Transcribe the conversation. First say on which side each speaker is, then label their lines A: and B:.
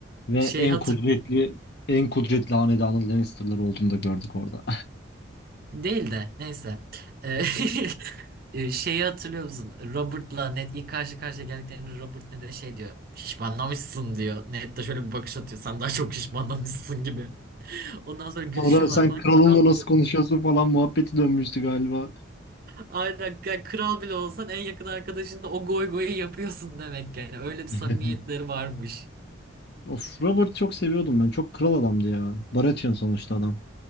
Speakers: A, on the left (about 55°); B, on the right (about 50°).
A: Ve
B: Şey
A: en
B: hatır
A: kudretli en kudretli hanedanın Lannister'ları olduğunu da gördük orada.
B: değil de neyse. E, <laughs> e, şeyi hatırlıyor musun? Robert'la Ned ilk karşı karşıya geldiklerinde Robert Ned'e şey diyor. Şişmanlamışsın diyor. Ned de şöyle bir bakış atıyor. Sen daha çok şişmanlamışsın gibi. Ondan
A: <laughs>
B: sonra gülüşüyorlar
A: Sonra sen
B: falan.
A: kralınla
B: Kral
A: nasıl
B: bile.
A: konuşuyorsun falan muhabbeti dönmüştü galiba.
B: Aynen yani kral bile olsan en yakın arkadaşınla o goy goyu yapıyorsun demek yani. Öyle bir samimiyetleri
A: <laughs>
B: varmış.
A: Of Robert çok seviyordum ben. Çok kral adamdı ya. Baratheon sonuçta adam.